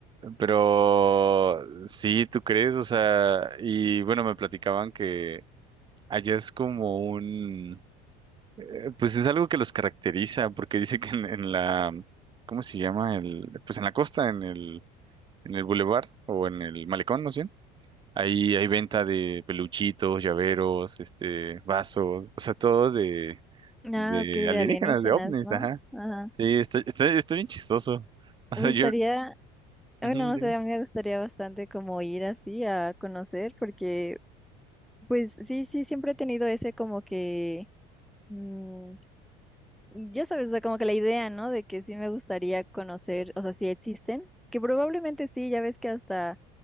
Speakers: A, on the right; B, in the centre.
A: pero sí, ¿tú crees? O sea, y bueno, me platicaban que allá es como un, eh, pues es algo que los caracteriza, porque dice que en, en la, ¿cómo se llama? El, pues en la costa, en el, en el bulevar o en el malecón, ¿no sé. Ahí hay venta de peluchitos, llaveros, este, vasos, o sea, todo de,
B: ah,
A: de
B: ok, de
A: alienígenas,
B: alienígenas,
A: de ovnis,
B: ¿no?
A: ajá.
B: Ajá,
A: Sí, está, está, está bien chistoso. O
B: pues
A: sea, yo,
B: estaría,
A: ujú,
B: bueno, no
A: dime.
B: sé, a mí me gustaría bastante como ir así a conocer, porque, pues, sí, sí, siempre he tenido ese como que... mm, Ya sabes, o sea, como que la idea, ¿no? De que sí me gustaría conocer, o sea, si existen, que probablemente sí, ya ves que hasta